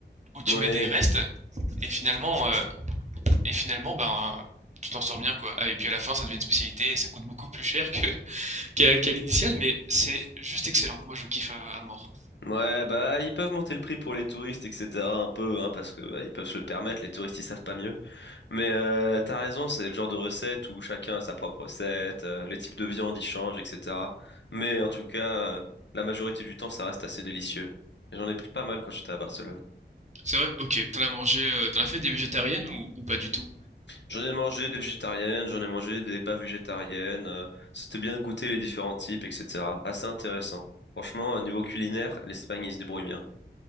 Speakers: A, on the right; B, on the left.
A: où tu
B: Oui.
A: mets des restes et finalement, euh, Et finalement, ben, tu t'en sors bien, quoi. Ah, et puis à la fin, ça devient une spécialité et ça coûte beaucoup plus cher que, <laughs> qu'à, qu'à l'initiale, mais c'est juste excellent. Moi, je kiffe à, à mort.
B: Ouais, bah ils peuvent monter le prix pour les touristes, etc. un peu, hein, parce que bah, ils peuvent se le permettre, les touristes ils savent pas mieux. Mais euh, t'as raison, c'est le genre de recette où chacun a sa propre recette, euh, les types de viande ils changent, etc. Mais en tout cas, euh, la majorité du temps ça reste assez délicieux. J'en ai pris pas mal quand j'étais à Barcelone.
A: C'est vrai? Ok. T'en as mangé, euh, t'en as fait des végétariennes ou, ou pas du tout?
B: J'en ai mangé des végétariennes, j'en ai mangé des pas végétariennes. euh, C'était bien de goûter les différents types, etc. Assez intéressant. Franchement, euh, niveau culinaire, l'Espagne, ils se débrouillent bien.